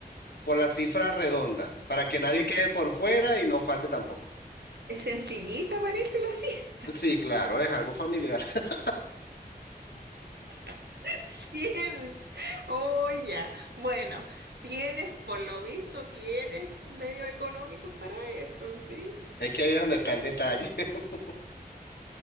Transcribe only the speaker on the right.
Pues,
es sencillita, parece la fiesta.
<laughs> 100. Oh, ya. Bueno, tienes, por lo visto, tienes medios económicos para eso, ¿sí?